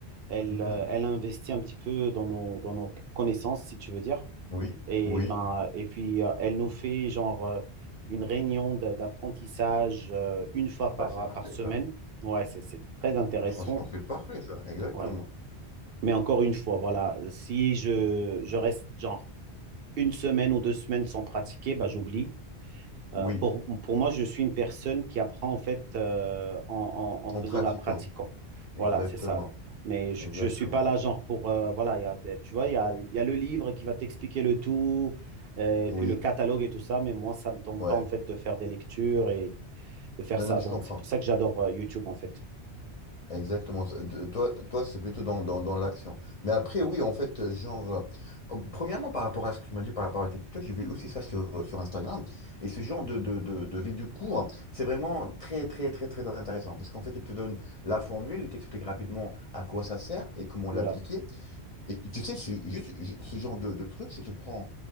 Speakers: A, on the right; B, on the left.
A: elle,
B: Mhm.
A: euh, elle investit un petit peu dans nos, dans nos connaissances, si tu veux dire.
B: Oui,
A: Et,
B: oui.
A: ben, et puis, euh, elle nous fait genre euh, une réunion d- d'apprentissage euh, une fois
B: Ah
A: par,
B: bah, c'est parfait,
A: par semaine.
B: ça.
A: Ouais, c'est, c'est très intéressant.
B: Franchement, c'est parfait, ça. Exactement.
A: Ouais. Mais encore une fois, voilà, si je, je reste genre une semaine ou deux semaines sans pratiquer, bah, j'oublie.
B: Oui,
A: Euh, pour, pour moi, je suis une personne qui apprend en fait euh, en, en- en faisant
B: en pratiquant.
A: la pratiquant.
B: Exactement.
A: Voilà, c'est ça. Mais je
B: Exactement.
A: ne suis pas là genre pour... euh, voilà, il y a- tu vois, il y a, il y a le livre qui va t'expliquer le tout, euh, et
B: Oui,
A: puis le catalogue et tout ça, mais moi, ça ne me tombe
B: ouais.
A: pas en fait de faire des lectures et de faire
B: Non,
A: ça.
B: non, mais
A: Donc,
B: je comprends.
A: c'est pour ça que j'adore euh, YouTube en fait.
B: Exactement. ça. De- Toi, toi, c'est plutôt dans, dans, dans l'action. Mais après,
A: Ouais.
B: oui, en fait, euh, genre, euh, euh, premièrement, par rapport à ce que tu m'as dit par rapport à TikTok, j'ai vu aussi ça sur, euh, sur Instagram. Et ce genre de, de, de, de vidéos courtes, c'est vraiment très, très, très, très intéressant. Parce qu'en fait, il te donne la formule, il t'explique rapidement à quoi ça sert et comment
A: Voilà.
B: l'appliquer. Et tu sais, c'est juste ju- ce genre de, de truc, si tu prends,